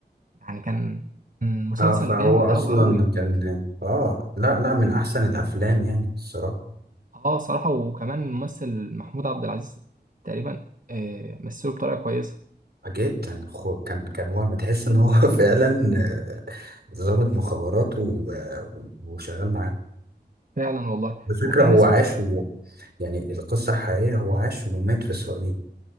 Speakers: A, on the right; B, on the right.
A: يعني كان كان مسلسل
B: اه فهو
A: جامد قوي
B: أصلا
A: قوي
B: كان اه لا لا من أحسن الأفلام يعني الصراحة
A: اه صراحه وكمان الممثل محمود عبد العزيز تقريبا آه، مثله بطريقه كويسه
B: جدا خو... كان كان هو بتحس إن هو <laughs> فعلا آه، ضابط مخابرات و... آه، وشغال معاه
A: فعلا والله
B: الفكرة
A: وكان
B: هو
A: اسمه
B: عاش و... يعني القصة الحقيقية هو عاش ومات في إسرائيل